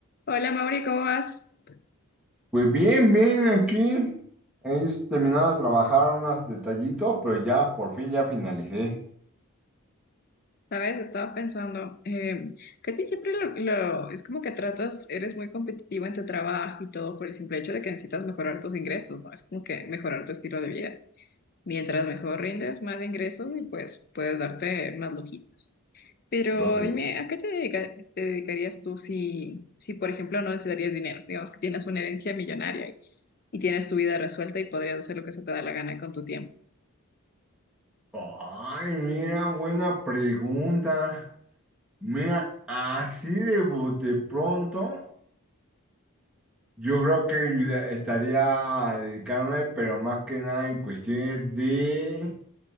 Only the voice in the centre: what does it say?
Pues bien, bien, aquí he terminado de trabajar unos detallitos, pero ya, por fin ya finalicé.
Dos días.
Ay, mira, buena pregunta. Mira, así de bote pronto, yo creo que ayuda- estaría a dedicarme, pero más que nada en cuestiones de